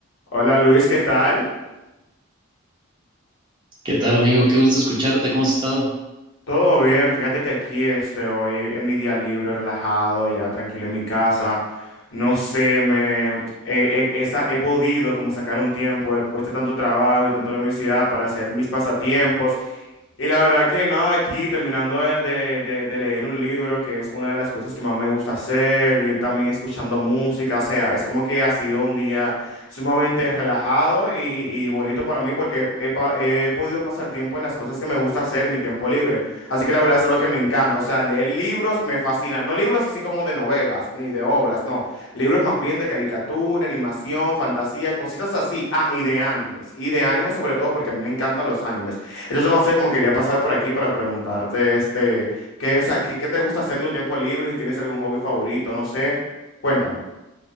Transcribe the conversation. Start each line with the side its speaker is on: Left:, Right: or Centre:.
Left: Hola Luis, ¿qué tal?
Right: ¿Qué tal, amigo? Qué gusto escucharte. ¿Cómo has estado?
Left: Todo bien, fíjate que aquí este, hoy en mi día libre, relajado, ya tranquilo en mi casa. No sé, me he, he- esa, he podido como sacar un tiempo después de tanto trabajo y tanta universidad para hacer mis pasatiempos. Y la verdad que nada, aquí terminando de, de- de- de leer un libro, que es una de las cosas que más me gusta hacer, y también escuchando música, o sea, es como que ha sido un día sumamente relajado y, y bonito para mí porque he, pa- he podido pasar tiempo en las cosas que me gusta hacer en mi tiempo libre. Así que la verdad es algo que me encanta. O sea, leer libros me fascina. No libros así como de novelas ni de obras, no. Libros más bien de caricatura, animación, fantasía, cositas así. Ah, y de animes. Y de animes sobre todo porque a mí me encantan los animes. Entonces no sé cómo quería pasar por aquí para preguntarte, este, qué, o sea, qué, qué te gusta hacer en tu tiempo libre, si tienes algún hobby favorito, no sé. Cuéntame.